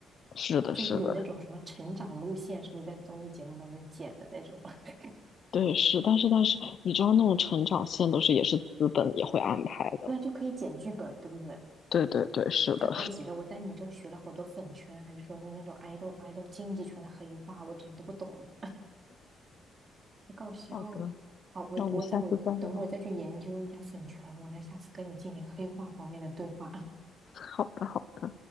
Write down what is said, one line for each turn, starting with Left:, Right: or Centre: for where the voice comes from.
Left: 是的，
Right: 就是有那种什么成长路线，
Left: 是的，
Right: 是不是在综艺节目当中剪的那种？<laughs>
Left: 对，是，但是但是你知道那种成长线都是也是资本也会安排的。
Right: 对啊，就可以剪剧本，对不对？
Left: 对对对，是的。
Right: 太高级了！我在你这儿学了好多粉圈，还是说是那种爱豆爱豆经济圈的黑话，我之前都不懂。太搞笑的。
Left: 好的，
Right: 好，我我在我等我再去研究一下粉拳，
Left: 那我们下次再聊。
Right: 我再下次跟你进行黑化方面的对话。
Left: 好的，好。的。